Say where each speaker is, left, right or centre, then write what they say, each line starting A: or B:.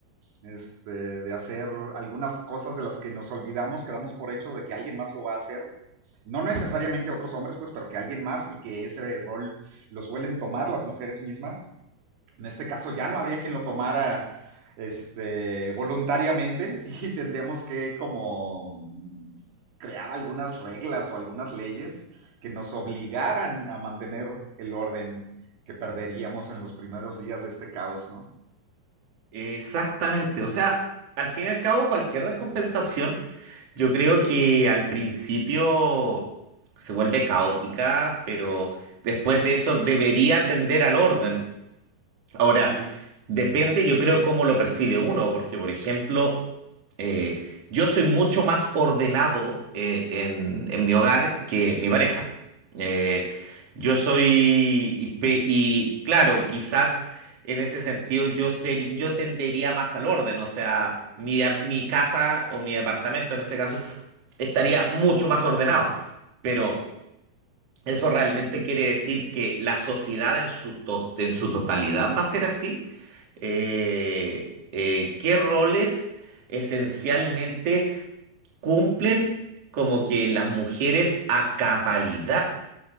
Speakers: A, on the right; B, on the right.
A: este, de hacer algunas cosas de las que nos olvidamos, que damos por hecho de que alguien más lo va a hacer. No necesariamente otros hombres, pues, pero que alguien más y que ese rol lo suelen tomar las mujeres mismas. En este caso ya no habría quien lo tomara este, voluntariamente <laughs> y tendríamos que como crear algunas reglas o algunas leyes que nos obligaran a mantener el orden que perderíamos en los primeros días de este caos, ¿no?
B: Exactamente, o sea, al fin y al cabo cualquier descompensación, yo creo que al principio se vuelve caótica, pero después de eso debería tender al orden. Ahora,
A: Sí,
B: depende, yo creo, cómo lo percibe uno, porque, por ejemplo, eh, yo soy mucho más ordenado eh, en, en mi hogar que mi pareja. Eh, yo soy, y, pe- y, claro, quizás en ese sentido yo, seri- yo tendería más al orden, o sea, mi, a- mi casa o mi departamento en este caso estaría mucho más ordenado, pero... ¿Eso realmente quiere decir que la sociedad en su, to- en su totalidad va a ser así? Eh, eh, ¿qué roles esencialmente cumplen como que las mujeres a cabalidad